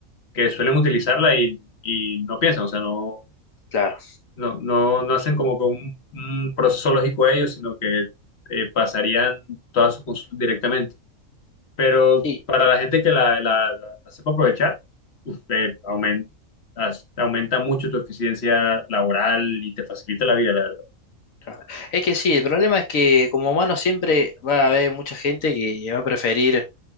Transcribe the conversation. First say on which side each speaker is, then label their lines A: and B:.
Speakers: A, on the left (about 50°); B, on the left (about 75°).
A: que suelen utilizarla y, y no piensan, o sea, no,
B: claro.
A: no, no, no hacen como que un, un proceso lógico ellos, sino que eh, pasarían todas sus consultas directamente. Pero
B: Sí,
A: para la gente que la, la- la- la sepa aprovechar, usted aumenta, aumenta mucho tu eficiencia laboral y te facilita la vida, la verdad.
B: claro. Es que sí, el problema es que como humano siempre va a haber mucha gente que va a preferir